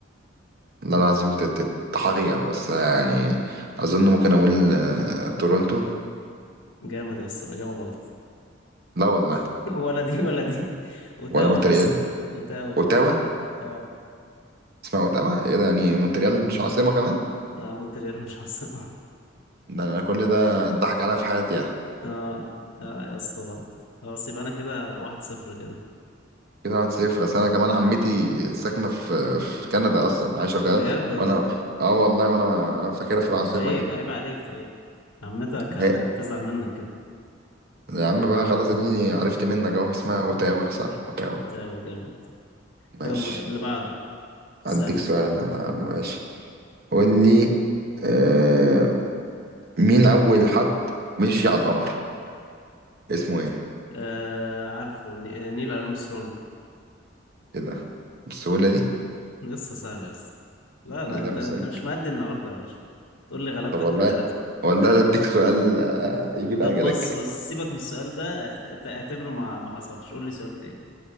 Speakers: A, on the right (about 55°); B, on the left (about 80°).
A: ده العظيم ت- ت- تحير بس يعني اظن ممكن اقول آه، تورونتو
B: جامد يا اسطى الاجابة غلط
A: لا والله
B: <laughs> ولا دي ولا دي <laughs> اوتاوا
A: ولا مونتريال
B: يا اسطى اوتاوا
A: اوتاوا
B: اه
A: اسمها اوتاوا ايه ده يعني
B: آه.
A: مونتريال مش عاصمة كمان
B: لا مونتريال مش عاصمة
A: ده انا كل ده اتضحك عليا في حياتي يعني
B: اه لا يا اسطى غلط خلاص يبقى انا كده واحد صفر كده
A: كده واحد صفر اصل انا كمان عمتي ساكنة في في كندا اصلا عايشة في
B: بجد
A: كندا
B: والله
A: وانا اه والله وانا فاكرها في العاصمة
B: طب عيب
A: كده
B: عيب عليك طيب عمتك هت-
A: هي
B: هتزعل منك كده
A: يا عم بقى خلاص اديني عرفت منك اهو اسمها اوتاوا صح اوتاوا
B: وتاو جامد
A: ماشي
B: يلا اللي بعده
A: اديك
B: اسألني
A: سؤال بقى يا عم ماشي قول لي آه، مين أول حد مشي على القمر؟ اسمه إيه؟
B: آه عارفه ن- آه، نيل ارمسترونج
A: إيه ده؟ بالسهولة دي؟
B: لسه سهل يا اسطى لا
A: لا
B: لا انت
A: بسأل
B: انت مش مادي النهارده يا باشا تقول لي غلبتك
A: طب والله
B: امبارح
A: والله لا أديك سؤال آه، يجيب
B: طب
A: أجلك
B: بص بص سيبك من السؤال ده احت- اعت- اعتبره ما ما حصلش قول لي سؤال تاني